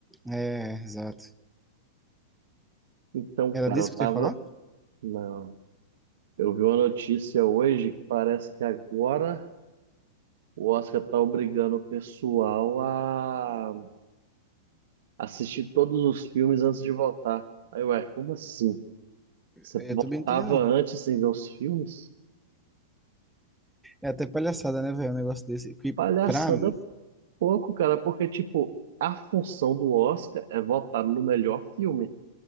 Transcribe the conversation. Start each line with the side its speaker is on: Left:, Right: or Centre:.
Centre: É, exato.
Right: Então,
Centre: Era
Right: cara,
Centre: disso
Right: eu
Centre: que
Right: tava.
Centre: tu ia falar?
Right: Não. Eu vi uma notícia hoje que parece que agora o Oscar tá obrigando o pessoal a assistir todos os filmes antes de votar. Aí, ué, como assim? Você
Centre: Eu
Right: votava
Centre: também não entendendo, não.
Right: antes sem ver os filmes?
Centre: É até palhaçada, né, velho? Um negócio desse. Que
Right: Palhaçada
Centre: pra mim,
Right: pouco, cara, porque, tipo, a função do Oscar é votar no melhor filme.